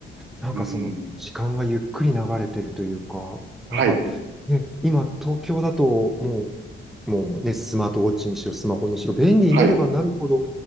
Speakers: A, in the centre; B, on the right.
A: なんかその時間がゆっくり流れてるというか、
B: うん。
A: なんかね、
B: はい、
A: 今東京だともう、もうね、スマートウォッチにしろ、スマホにしろ、便利になればなるほど、
B: はい、